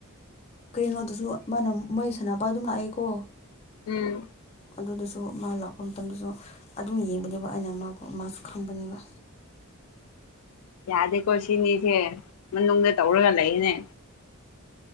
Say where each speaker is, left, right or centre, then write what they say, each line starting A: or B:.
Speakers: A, on the left (about 30°); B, on the left (about 85°).
A: ꯀꯩꯅꯣꯗꯁꯨ ꯃꯥꯅ ꯃꯩ ꯁꯥꯟꯅꯕ ꯑꯗꯨꯝ ꯂꯥꯛꯑꯦꯀꯣ
B: ꯎꯝ
A: ꯑꯗꯨꯗꯁꯨ ꯃꯥ ꯂꯥꯛꯄ ꯃꯇꯝꯗꯁꯨ ꯑꯗꯨꯝ ꯌꯦꯡꯕꯅꯦꯕ ꯑꯩꯅ ꯃꯥꯕꯨ ꯃꯥꯁꯨ ꯈꯪꯕꯅꯦꯕ
B: ꯌꯥꯗꯦꯀꯣ ꯁꯤꯅꯤꯁꯦ ꯃꯅꯨꯡꯗ ꯇꯧꯔꯒ ꯂꯩꯌꯦꯅꯦ